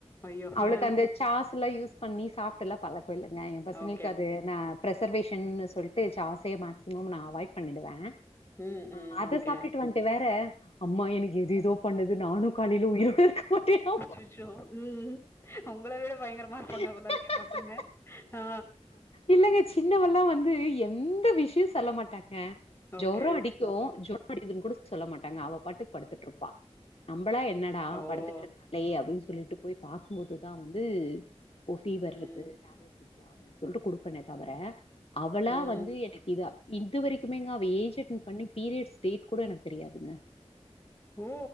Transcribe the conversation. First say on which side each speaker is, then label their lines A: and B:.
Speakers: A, on the left (about 20°); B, on the left (about 60°).
A: ஐயோ!
B: அவளுக்கு
A: ஆ.
B: அந்த சாஸ் எல்லாம் யூஸ் பண்ணி சாப்ட்டுலாம் பழ இப்போ இல்லங்க என் பசங்களுக்கு
A: ஓகே, ஓகே.
B: அது நா பிரசர்வேஷன்னு சொல்லிட்டு சாஸ்ஸே மேக்சிமம் நா அவாய்ட் பண்ணிடுவ
A: ம்,
B: ஆ
A: ம்.
B: அத
A: ஓகே.
B: சாப்பிட்டு வந்துட்டு வேற அம்மா எனக்கு எது ஏதோ பண்ணது நானும் காலையில உயிரோட இருக்க மட்டேனோ
A: அச்சச்சோ ம் உங்கள விட பயங்கரமா இருப்பாங்க
B: மாட்டேனாமா
A: போலருக்கே பசங்க ஆ
B: இல்லங்க சின்னவல்லாம் வந்து எந்த விஷயம் செல்ல மாட்டாங்க ஜோரோ
A: ஓகே.
B: அடிக் க்குதோ
A: ம்.
B: ஜொறோ அடிக்குதுன்னு கூட சொல்ல மாட்டாங்க அவ பாட்டுக்கு படுத்துட்டு இருப்பா நம்மளா என்னடா
A: ஓ!
B: படுத்துட்டு இருக்காலே அப்டின்னு சொல்லிட்டு போய் பாக்கும் போதுதான் வந்து ஓ ஃபீவர்
A: ம்.
B: இருக்குது டேப்லெட் குடுக்கலாம் அப்டின்னு சொல்லிட்டு குடுப்பனே தவிர அவளா
A: ம்.
B: வந்து எனக்கு இதா இது வரைக்குமே ஏஜ் அட்டன் பண்ணி பீரியட்ஸ் டேட் கூட எனக்கு தெரியாதுங்க
A: ஓ